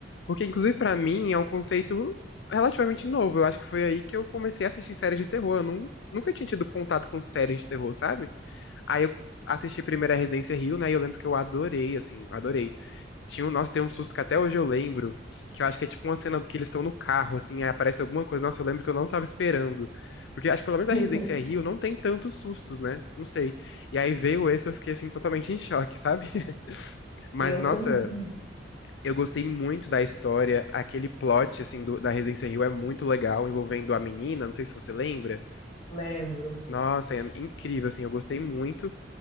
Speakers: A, on the left; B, on the left.
A: Porque, inclusive, pra mim é um conceito relativamente novo. Eu acho que foi aí que eu comecei a assistir séries de terror. Eu nun- nunca tinha tido contato com séries de terror, sabe? Aí eu assisti primeiro a Residência Rio, né? E eu lembro que eu adorei, assim, adorei. Tinha um, nossa, tem um susto que até hoje eu lembro, que eu acho que é tipo uma cena que eles estão no carro, assim, aí aparece alguma coisa. Nossa, eu lembro que eu não tava esperando. Porque acho que pelo menos a
B: <laughs>
A: Residência Rio não tem tantos sustos, né? Não sei. E aí veio esse, eu fiquei, assim, totalmente em choque, sabe? <laughs> Mas,
B: Eu
A: nossa,
B: também
A: eu gostei muito da história. Aquele plot, assim, do- da Residência Rio é muito legal, envolvendo a menina, não sei se você lembra.
B: lembro.
A: Nossa, é incrível, assim, eu gostei muito.